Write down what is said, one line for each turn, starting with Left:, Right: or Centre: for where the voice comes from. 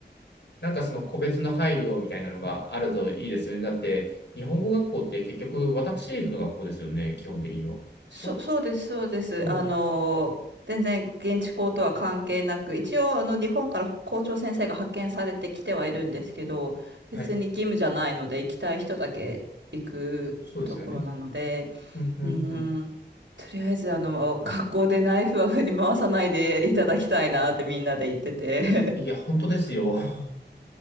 Left: なんかその個別の配慮みたいなのがあるといいですよね。だって、日本語学校って結局、私立の学校ですよね、基本的には。
Right: そ、
Left: その、
Right: そうです、そうです。
Left: そ
Right: あの、全然現地校とは関係なく、一応あの日本から校長先生が派遣されてきてはいるんですけど、別に義務じゃないので、
Left: う、はい、
Right: 行きたい人だけ行くところなので、
Left: そうですよね。うん、うん、
Right: うーん、
Left: うん。
Right: とりあえずあの、学校でナイフは振り回さないでいただきたいなってみんなで言ってて
Left: いや、本当ですよ。<laughs>